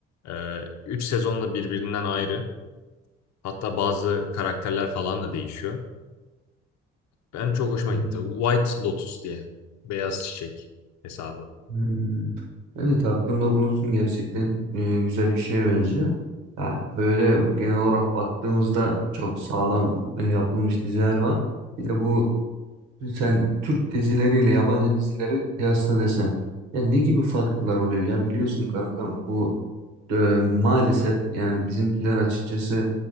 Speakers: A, on the left; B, on the right.
A: Ee, üç sezon da birbirinden ayrı. Hatta bazı karakterler falan da değişiyor. Benim çok hoşuma
B: Hmm,
A: gitti. White Lotus diye. Beyaz çiçek hesabı.
B: hmm. Evet aklımda bulunsun gerçekten e, güzel bir şeye benziyor. Ya böyle genel olarak baktığımızda çok sağlam e, yapılmış diziler var. Bir de bu sen Türk dizileriyle yabancı dizileri kıyasla desem. Ya ne gibi farklar oluyor? Ya biliyorsun kankam bu Ee, maalesef yani bizimkiler açıkçası